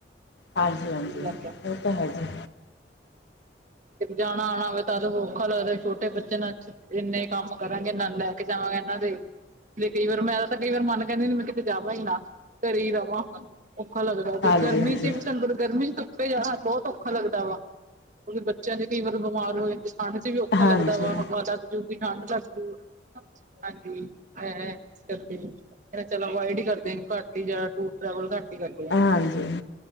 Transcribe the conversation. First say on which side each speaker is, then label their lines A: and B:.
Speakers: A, on the left; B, on the right.
A: ਹਾਂਜੀ ਹਾਂਜੀ
B: ਜ
A: ਉਹ ਤਾਂ ਹੈ ਜੀ
B: ਜਾਣਾ ਆਣਾ ਹੋਵੇ ਤਾਂ ਔਖਾ ਲੱਗਦਾ ਛੋਟੇ ਬੱਚੇ ਨਾਲ ਇੰਨੇ ਕੰਮ ਕਰਾਂਗੇ ਨਾਲ ਲੈ ਕੇ ਜਾਵਾਂਗੇ ਇਹਨਾਂ ਦੇ ਤੇ ਕਈ ਵਾਰ ਮੈਂ ਤਾਂ ਕਈ ਵਾਰ ਮਨ ਕਹਿੰਦੀ ਮੈਂ ਕਿਤੇ ਜਾਵਾਂ ਹੀ ਨਾ ਘਰੇ ਹੀ ਰਵਾ ਔਖਾ ਲੱਗਦਾ ਤੇ
A: ਹਾਂਜੀ
B: ਗਰਮੀ
A: ਹਾਂਜੀ
B: ਚ ਵੀ ਸਾਨੂ ਗਰਮੀ ਚ ਜਾਣਾ ਬਹੁਤ ਔਖਾ ਲੱਗਦਾ ਵਾ ਕਿਉਂਕਿ ਬੱਚਿਆਂ ਨੇ ਕਈ ਵਾਰੀ ਬਿਮਾਰ ਹੋਏ ਠੰਡ ਚ ਵੀ ਔਖਾ
A: ਹਾਂਜੀ
B: ਲੱਗਦਾ ਵਾ ਹਵਾ ਲੱਗ ਜੁਗੀ ਠੰਢ ਲੱਗਜੂ ਹਾਂਜੀ ਇਸ ਕਰਕੇ ਕਹਿੰਦੇ ਚਲੋ ਅਵੋਏਡ ਹੀ ਕਰਦੇ ਘੱਟ ਹੀ ਜੇਹੜਾ ਤੂੰ ਟਰੈਵਲ ਘੱਟ ਈ ਕਰਦੇ ਆ
A: ਹਾਂਜੀ